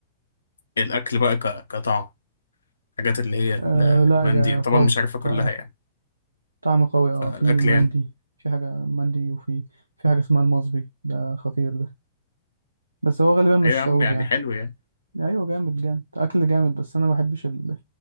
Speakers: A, on the left; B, on the right.
A: الأكل بقى ك- كطعم الحاجات اللي هي ال-
B: أه
A: المندي
B: لا جا-
A: أنا طبعا
B: قوي
A: مش عارفها
B: طع-
A: كلها يعني
B: طعم قوي اه
A: فالأكل
B: في مندي
A: يعني
B: في حاجة مندي وفي في حاجة اسمها المصبي ده خطير ده بس هو غالبا مش
A: ايوه يا
B: سعودي
A: عم يعني
B: يعني
A: حلو يعني
B: ايوه جامد جامد اكل جامد بس انا ما بحبش ال-